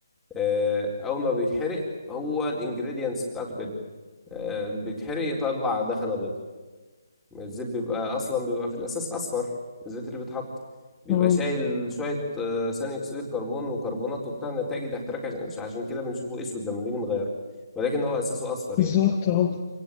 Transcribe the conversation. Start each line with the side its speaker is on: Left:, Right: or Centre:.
Centre: آه، اول ما بيتحرق هو الانجريدينتس بتاعته كده آه، بيتحرق يطلع دخنة بيضاء الزيت بيبقى اصلا بيبقى في الاساس اصفر الزيت اللي بيتحط بيبقى
Left: اه
Centre: شايل شويه آه، ثاني اكسيد الكربون وكربونات وبتاع نتائج الاحتراق عشان عشان كده بنشوفه اسود لما نيجي نغيره ولكن هو اساسه اصفر
Left: بالظبط
Centre: يعني
Left: اه